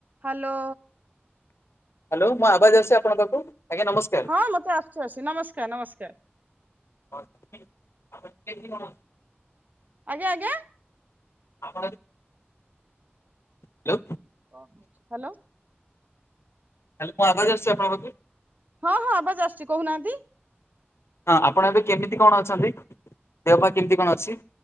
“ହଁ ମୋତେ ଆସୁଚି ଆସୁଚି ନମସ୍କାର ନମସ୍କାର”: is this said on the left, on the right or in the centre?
Right